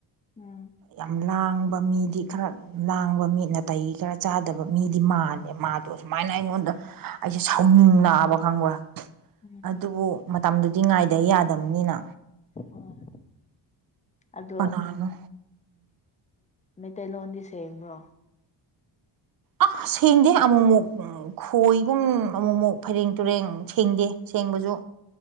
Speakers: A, on the left; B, on the right.
A: ꯎꯝ
B: ꯌꯥꯝ ꯂꯥꯡꯕ ꯃꯤꯗꯤ ꯈꯔ ꯂꯥꯡꯕ ꯃꯤ ꯅꯥꯇꯩ ꯈꯔ ꯆꯥꯗꯕ ꯃꯤꯗꯤ ꯃꯥꯜꯂꯦ ꯃꯥꯗꯣ ꯁꯨꯃꯥꯏꯅ ꯑꯩꯉꯣꯟꯗ ꯑꯩꯁꯦ ꯁꯥꯎꯅꯤꯡ ꯂꯑꯕ ꯈꯪꯕ꯭ꯔꯥ
A: ꯎꯝ
B: ꯑꯗꯨꯕꯨ ꯃꯇꯝꯗꯨꯗꯤ ꯉꯥꯏꯗ ꯌꯥꯗꯕꯅꯤꯅ
A: ꯍꯣꯏ ꯑꯗꯣ
B: ꯀꯅꯥꯅꯣ
A: ꯃꯩꯇꯩꯂꯣꯟꯗꯤ ꯁꯦꯡꯕ꯭ꯔꯣ
B: ꯑꯥ ꯁꯦꯡꯗꯦ ꯑꯃꯨꯛꯃꯨꯛ ꯈꯣꯏꯒꯨꯝ ꯑꯃꯨꯃꯨꯛ ꯑꯃꯨꯃꯨꯛ ꯐꯩꯔꯦꯡ ꯇꯨꯔꯦꯡ ꯁꯦꯡꯗꯦ ꯁꯦꯡꯕꯁꯨ